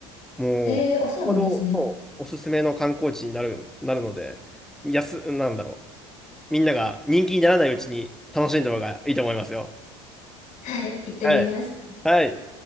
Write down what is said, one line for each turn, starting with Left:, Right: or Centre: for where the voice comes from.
Centre: もう、
Left: えー、あ、そうなんですね。
Centre: ほど、そうおすすめの観光地になる、なるので、安、なんだろう。みんなが人気にならないうちに楽しんだ方がいいと思いますよ。
Left: はい、行ってみます。
Centre: はい。はい。